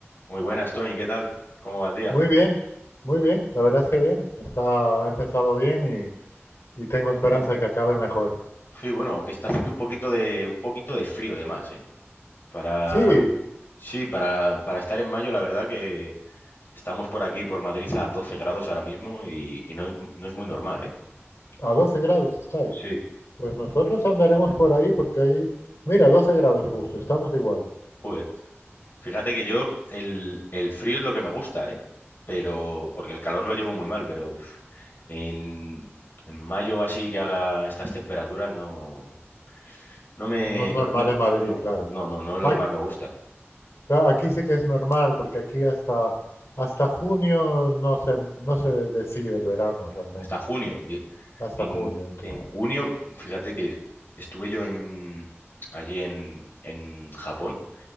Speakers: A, on the left; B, on the left.
A: Muy buenas, Tony, ¿qué tal? ¿Cómo va el día?
B: Muy bien, muy bien, la verdad es que bien, está, ha empezado bien y, y tengo esperanza
A: Hace-
B: de que acabe mejor.
A: Sí, bueno, aunque está haciendo un poquito de un poquito de frío de más, ¿eh? Para
B: Sí,
A: sí, para, para estar en mayo, la verdad que estamos por aquí por Madrid a 12 grados ahora mismo y, y no es, no es muy normal, ¿eh?
B: a 12 grados estáis.
A: Sí,
B: Pues nosotros andaremos por ahí porque ahí, mira, 12 grados justo, estamos igual.
A: joder. Fíjate que yo el, el frío es lo que me gusta, ¿eh? Pero porque el calor lo llevo muy mal, pero pf, en, en mayo así que haga estas temperaturas no no me
B: No es
A: no
B: normal
A: no
B: en Madrid,
A: no
B: claro.
A: no no no es lo
B: Ah,
A: que más me gusta
B: claro, aquí sí que es normal porque aquí hasta, hasta junio no se, no se decide el verano realmente,
A: hasta junio.
B: hasta
A: En,
B: junio, entonces.
A: en junio, fíjate que estuve yo en, allí en, en Japón